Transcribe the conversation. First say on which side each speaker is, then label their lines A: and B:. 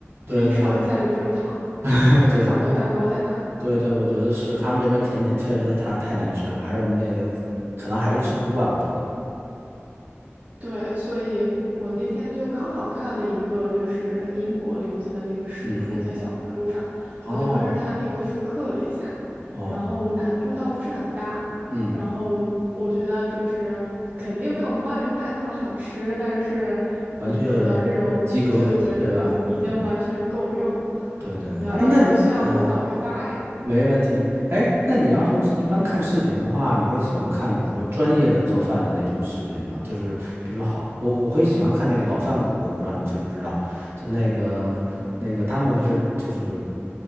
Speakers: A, on the right; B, on the right.
A: 对对对，
B: 就一勺子下去只有糖，
A: <laughs>
B: 你根本找不到蛋糕在哪里。
A: 对对对对，我觉得是他们这边甜点确实太太难吃了，还是我们那个可能还是吃不惯，我觉得。
B: 对，所以我那天就刚好看了一个，就是英国留子的那个食谱，
A: 嗯嗯。
B: 在小红书上，
A: 哦
B: 我就跟着他那个复刻了一下，
A: 哦，
B: 然后难度倒不是很大，
A: 嗯，
B: 然后我觉得就是肯定没有外面卖那么好吃，但是你搁到这种，
A: 完全也及格，
B: 对对对，
A: 对吧？
B: 已已经完全够用了。
A: 嗯，对对。
B: 你要到时候需要的话，
A: 哎，那你嗯、呃
B: 我可以发给你，
A: 没问题。哎，那你要是一般看视频的话，你会喜欢看比如说专业的做饭的那种视频吗？就是比如说好，我我会喜欢看那个老饭骨，我不知道你知不知道，就那个那个他们是就是